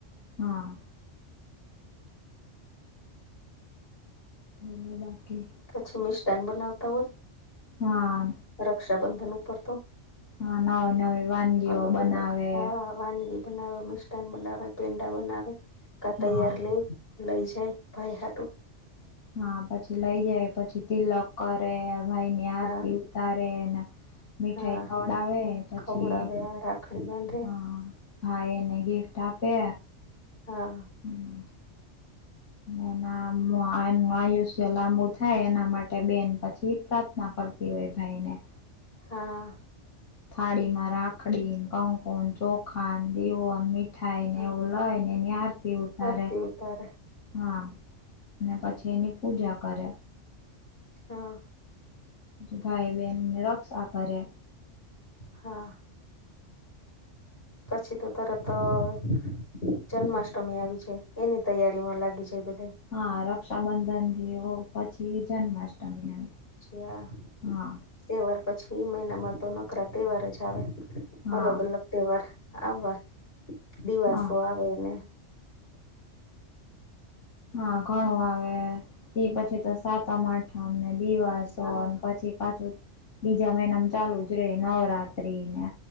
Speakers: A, on the left; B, on the left.
A: હા બ બાકી?
B: પછી મિષ્ઠાન બનાવતા હોય.
A: હા
B: રક્ષાબંધન ઉપર તો
A: હ નવી નવી વાનગીઓ
B: અલગ
A: બનાવે.
B: અલગ હા વાનગી બનાવે મિષ્ઠાન બનાવે પેંડા બનાવે કા
A: હા
B: તૈયાર લઈ લઈ જાય. ભાઈ સારું.
A: હા પછી લઈ જાય પછી તિલક કરે ભાઈ ની આરતી
B: હા
A: ઉતારે ને મીઠાઈ
B: હા
A: ખવડાવે પછી
B: ખવડાવે આ રાખડી બાંધે
A: હા ભાઈ એને ગિફ્ટ આપે.
B: હા
A: હમ! એના એનું આયુષ્ય લાંબુ થાય એના માટે બેન પછી પ્રાર્થના કર એવી ભાઈને
B: હા,
A: થાળીમાં રાખડી, કંકુ અને ચોખા દિવો અને મી થાય ને
B: હા
A: એવું લઈ ને નિહારતી ઉતારે
B: આરતી ઉતારે
A: હા ને પછી એની પૂજા કરે
B: હા
A: ભાઈ બહેન ની રક્ષા કરે
B: હા પછી તો તરતર જન્માષ્ટમી આવી છે એની તૈયારીમાં લાગી જાય બધા
A: હા રક્ષાબંધનથી પછી જન્માષ્ટમી આવે
B: હ
A: હા
B: તહેવાર પછી એ મહિનામાં તો નકરા તહેવાર જ આવે
A: હા
B: અલગ અલગ તહેવાર આવા દિવાસો
A: હા
B: આવે ને
A: હા ઘણું આવે તે પછી તો સાતમ આઠમને દિવાસો
B: હા
A: અને પછી પાછું બીજા મહિનામ ચાલુ જ રે નવરાત્રી ને